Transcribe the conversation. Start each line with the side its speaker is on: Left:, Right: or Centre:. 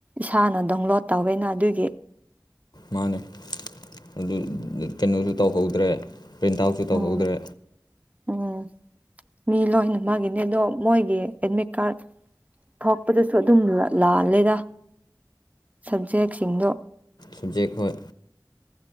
Right: ꯏꯁꯥꯅ ꯗꯥꯎꯟꯂꯣꯗ ꯇꯧꯋꯦꯅ ꯑꯗꯨꯒꯤ
Left: ꯃꯥꯅꯦ ꯑꯗꯨ ꯀꯩꯅꯣꯁꯨ ꯇꯧꯍꯧꯗ꯭ꯔꯦ ꯄ꯭ꯔꯤꯟꯠ ꯑꯥꯎꯠꯁꯨ ꯇꯧꯍꯧꯗ꯭ꯔꯦ
Right: ꯎꯝ ꯎꯝ ꯃꯤ ꯂꯣꯏꯅ ꯃꯥꯒꯤꯅꯤ ꯑꯗꯣ ꯃꯣꯏꯒꯤ ꯑꯦꯗꯃꯤꯠ ꯀꯥꯔꯠ ꯊꯣꯛꯄꯗꯁꯨ ꯑꯗꯨꯝ ꯂꯥꯜꯂꯦꯗ ꯁꯕꯖꯦꯛꯁꯤꯡꯗꯣ
Left: ꯁꯕꯖꯦꯛ ꯍꯣꯏ